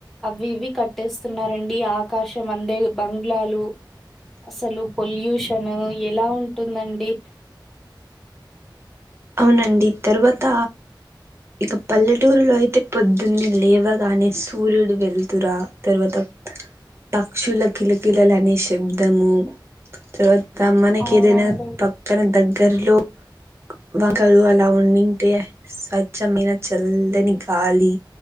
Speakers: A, in the centre; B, on the right.
A: అవి ఇవి కట్టేస్తున్నారండి ఆకాశం అందే బంగ్లాలు అసలు పొల్యూషన్ ఎలా ఉంటుందండి
B: అవునండి తరువాత ఇక పల్లెటూరులో అయితే పొద్దున్న లేవగానే సూర్యుడు వెళ్తురా తర్వాత పక్షుల కిలకిలనే శబ్దము తర్వాత మనకి
A: అవునండి
B: ఏదైనా పక్కన దగ్గర్లో వంకలు అలా ఉండుంటే స్వచ్ఛమైన చల్లని గాలి